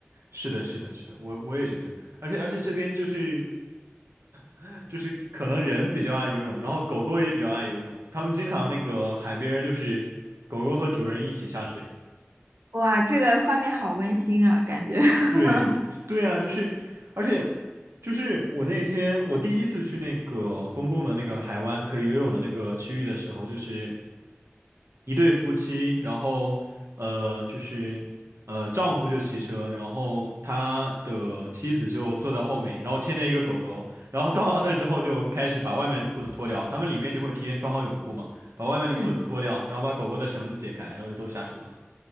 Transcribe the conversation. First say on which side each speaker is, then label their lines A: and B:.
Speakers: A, on the right; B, on the right.
A: 是的，是的，是的，我我也觉得，而且而且这边就是。<laughs> 就是可能人比较爱游泳，然后狗狗也比较爱游泳，他们经常那个海边儿就是狗狗和主人一起下水。
B: 哇，这个画面好温馨啊，感觉。<laughs>
A: 对，对啊，就是，而且就是我那天我第一次去那个公共的那个海湾可以游泳的那个区域的时候，就是。一对夫妻，然后呃，就是呃，丈夫就骑车，然后他的妻子就坐在后面，然后牵着一个狗狗，然后到了那之后就开始把外面的裤子脱掉，他们里面就会提前穿好泳裤嘛，把外面的裤子脱掉，
B: 嗯，
A: 然后把狗狗的绳子解开，然后就都下水了。